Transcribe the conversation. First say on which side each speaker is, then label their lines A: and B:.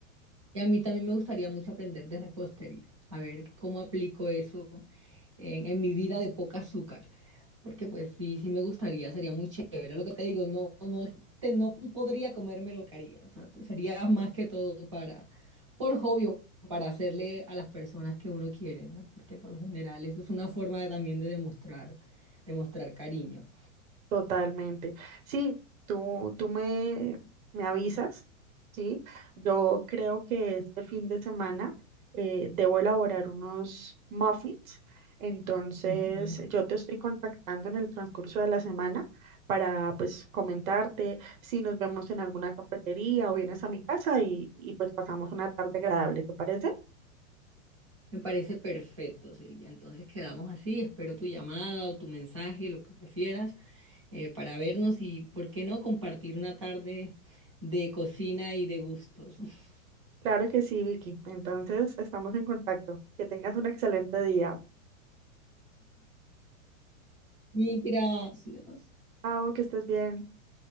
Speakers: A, on the right; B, on the right.
A: Y a mí también me gustaría mucho aprender de repostería, a ver cómo aplico eso en, en mi vida de poca azúcar. Porque pues sí, sí me gustaría, sería muy chévere. Lo que te digo, no, no, es- te- no podría comerme lo que haría. O sea, te- sería más que todo para, por hobby, o para hacerle a las personas que uno quiere, ¿no? Porque por lo general eso es una forma de- también de demostrar, demostrar cariño.
B: Totalmente. Sí, tú, tú me, me avisas, ¿sí? Yo creo que este fin de semana eh, debo elaborar unos muffins, entonces
A: Ujú.
B: yo te estoy contactando en el transcurso de la semana para pues comentarte si nos vemos en alguna cafetería o vienes a mi casa y, y pues pasamos una tarde agradable, ¿te parece?
A: Me parece perfecto, Silvia. Entonces quedamos así. Espero tu llamada o tu mensaje, lo que prefieras, eh, para vernos y, ¿por qué no compartir una tarde de cocina y de gustos? <laughs>
B: Claro que sí, Vicky. Entonces estamos en contacto. Que tengas un excelente día.
A: Mil gracias.
B: Chao, que estés bien.